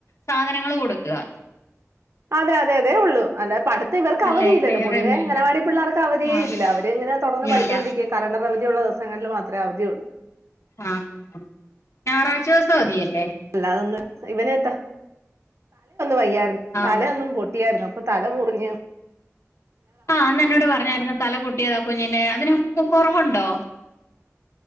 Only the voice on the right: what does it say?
അതെ അതെ അതെ ഉള്ളു അല്ലാതെ പഠ ഇവർക്ക്‌
അവധിയില്ലല്ലോ
പൊതുവെ
അങ്ങനവാടി പിള്ളേർക്ക് അവധിയെ
ഇല്ല അവരിങ്ങനെ തൊടർന്ന്
പഠിച്ചുകൊണ്ടരിക്കും കലണ്ടർ അവധിയുള്ള ങ്ങളിൽ മാത്രേ അവധി ഉള്ളൂ
അത് ആന്ന് ഇവനേത വയ്യായിരുന്നു
തലേയൊന്നു പൊട്ടി ട്ടായാരുന്നു അപ്പൊ തല മുറിഞ്ഞു